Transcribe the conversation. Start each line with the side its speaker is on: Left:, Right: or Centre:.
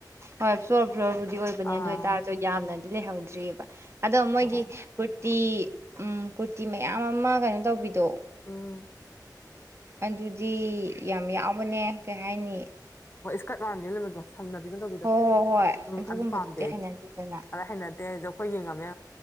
Right: ꯍꯣꯏ ꯐ꯭ꯂꯣꯔ ꯐ꯭ꯂꯣꯔꯕꯨꯗꯤ ꯑꯣꯏꯕꯅꯦ
Left: ꯑꯥ
Right: ꯑꯗꯨ ꯑꯣꯏꯇꯥꯔꯁꯨ ꯌꯥꯝꯅꯗꯤ ꯂꯩꯍꯧꯗ꯭ꯔꯤꯑꯕ ꯑꯗꯣ ꯃꯣꯏꯒꯤ
Left: ꯎꯝ
Right: ꯀꯨꯔꯇꯤ ꯀꯨꯔꯇꯤ ꯃꯌꯥꯝ ꯑꯃ ꯀꯩꯅꯣ ꯇꯧꯕꯤꯗꯣ
Left: ꯎꯝ
Right: ꯑꯗꯨꯗꯤ ꯌꯥꯝ ꯌꯥꯎꯕꯅꯦ ꯀꯩ ꯍꯥꯏꯅꯤ
Left: ꯑꯣ ꯏꯁꯀꯥ ꯀꯥꯝ ꯌꯦ ꯂꯩꯦꯣ ꯁꯪꯅꯕꯤꯗꯅ ꯇꯧꯕꯤꯗꯣ
Right: ꯍꯣꯏ ꯍꯣꯏ ꯍꯣꯏ
Left: ꯎꯝ
Right: ꯑꯗꯨꯒꯨꯝꯕꯗꯨꯗꯤ
Left: ꯑꯗꯨ ꯄꯥꯝꯗꯦ ꯑꯩꯗꯤ
Right: ꯍꯩꯅꯗꯦꯗꯅ
Left: ꯑꯗ ꯍꯩꯅꯗꯦ ꯍꯥꯏꯁꯨ ꯑꯩꯈꯣꯏ ꯌꯦꯡꯉ